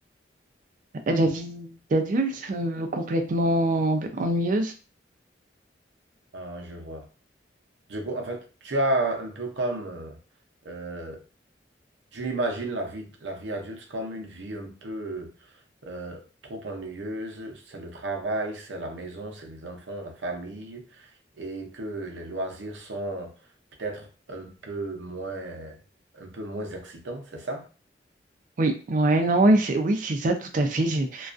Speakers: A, on the right; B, on the right.
A: La vie d'adulte, euh, complètement ennuyeuse.
B: Ah, je vois. Du coup, en fait, tu as un peu comme euh, euh, tu imagines la vie, la vie adulte comme une vie un peu euh, trop ennuyeuse, c'est le travail, c'est la maison, c'est les enfants, la famille, et que les loisirs sont peut-être un peu moins, un peu moins excitants, c'est ça?
A: Oui, ouais, non, ouais, c'est- oui, c'est ça, tout à fait. J'ai